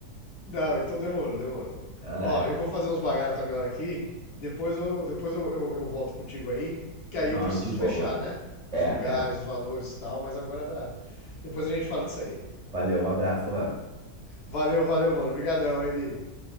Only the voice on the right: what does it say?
Ai,
não,
de boa.
É,
é.
Valeu, um abraço, mano.